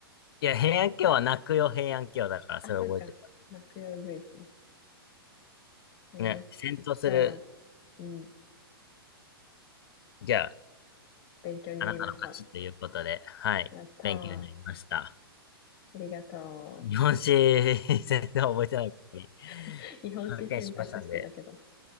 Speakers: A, on the left; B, on the left.
A: いや、平安京は泣くよ、平安京だから、
B: あ、
A: それ覚えてた。
B: そっか。落葉ウグイスね。よし。
A: ね、戦闘する、
B: じゃあ、うん、
A: じゃあ、
B: 勉強になりました。
A: あなたの勝ちということで、はい、
B: やったー。
A: 勉強になりました。
B: ありがとう。
A: 日本史、<laughs> 全然覚えてないことに
B: <laughs>
A: <laughs>
B: 日本史選択してたけど、
A: 発見しましたんで、